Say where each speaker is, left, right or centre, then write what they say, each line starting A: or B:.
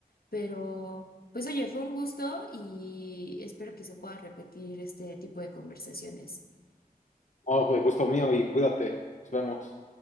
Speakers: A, on the left; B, on the left.
A: Pero, pues oye, fue un gusto y espero que se pueda repetir este tipo de conversaciones.
B: Oh, pues gusto mío y cuídate, nos vemos.